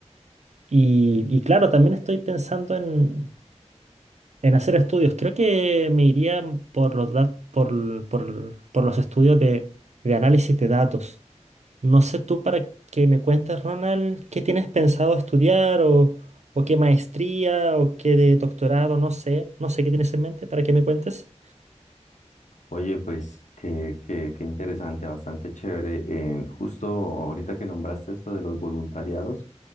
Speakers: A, on the right; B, on the left.
A: Y, y claro, también estoy pensando en... En hacer estudios, creo que me iría por los, dat- por, por- por los estudios de, de análisis de datos. No sé tú para que me cuentes, Ronald, qué tienes pensado estudiar o, o qué maestría o qué de doctorado, no sé, no sé qué tienes en mente para que me cuentes.
B: Oye, pues qué, qué, qué interesante, bastante chévere. Eh, justo ahorita que nombraste esto de los voluntariados.